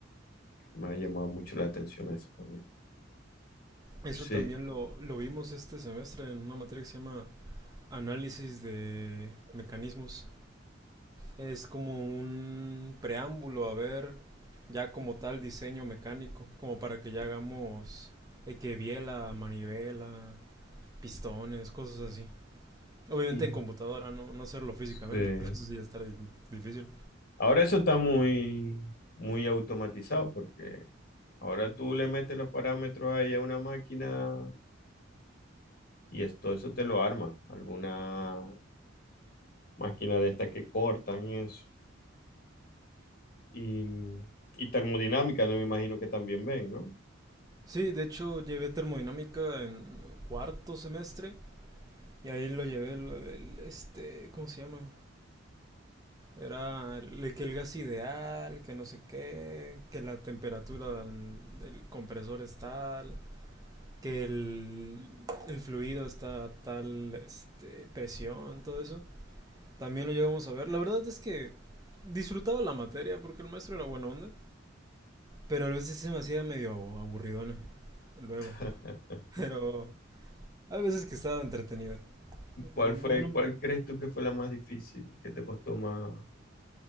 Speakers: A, on the left; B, on the right.
A: Me ha llamado mucho la atención eso también.
B: Eso
A: Sí.
B: también lo, lo vimos este semestre en una materia que se llama Análisis de Mecanismos. Es como un preámbulo a ver ya como tal diseño mecánico, como para que ya hagamos eh, que biela, manivela, pistones, cosas así. Obviamente
A: Sí.
B: en computadora, no, no hacerlo físicamente,
A: Sí.
B: <laughs> porque eso sí ya estará dif- difícil.
A: Ahora eso está muy, muy automatizado porque ahora tú le metes los parámetros ahí a una máquina y esto, eso te lo arma. Alguna máquina de estas que cortan y eso. Y, y termodinámica, no me imagino que también ven, ¿no?
B: Sí, de hecho llevé termodinámica en cuarto semestre y ahí lo llevé lo del, este, ¿cómo se llama? Era el, que el gas ideal, que no sé qué, que la temperatura del, del compresor es tal, que el, el fluido está a tal este, presión, todo eso. También lo llegamos a ver. La verdad es que disfrutaba la materia porque el maestro era buena onda, pero a veces sí se me hacía medio aburridona luego.
A: <laughs>
B: <laughs> Pero hay veces que estaba entretenida.
A: ¿Y cuál
B: Por ejemplo,
A: fue,
B: una,
A: cuál crees tú que fue la más difícil, que te costó más?